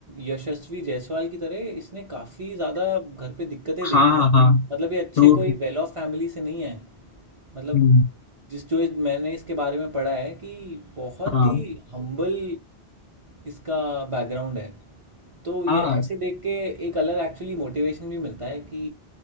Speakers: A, on the right; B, on the left.
A: यशस्वी जायसवाल की तरह इसने काफ़ी ज़्यादा घर पे दिक्कतें देखी
B: हाँ हाँ
A: है
B: हाँ
A: मतलब ये अच्छे
B: True
A: कोई वेल ऑफ फैमिली से नहीं है मतलब
B: true
A: जिस जो इस- मैंने इसके बारे में पढ़ा है कि बहुत
B: हाँ
A: ही हम्बल इसका बैकग्राउंड है तो ये
B: हाँ
A: ऐसे देख के एक अलग एक्चुअली मोटिवेशन भी मिलता है कि